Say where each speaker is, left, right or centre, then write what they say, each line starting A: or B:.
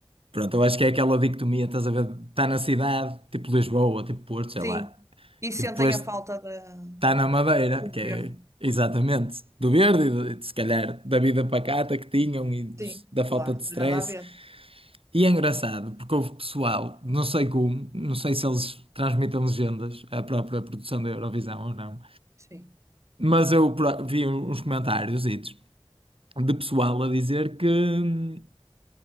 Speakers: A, on the right; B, on the right.
A: Pronto, eu acho que é aquela dicotomia, estás a ver? Está na cidade, tipo Lisboa, tipo Porto, sei
B: Sim.
A: lá.
B: E sentem
A: E depois
B: a falta da-
A: está na Madeira,
B: do
A: que é
B: verde.
A: exatamente do verde, e de- se calhar da vida pacata que tinham e dos-
B: Sim,
A: da
B: claro,
A: falta de
B: não
A: stress.
B: tem nada a ver.
A: E é engraçado, porque houve pessoal, não sei como, não sei se eles transmitem legendas, a própria produção da Eurovisão ou não,
B: Sim.
A: mas eu pro- vi uns comentários de pessoal a dizer que, hum,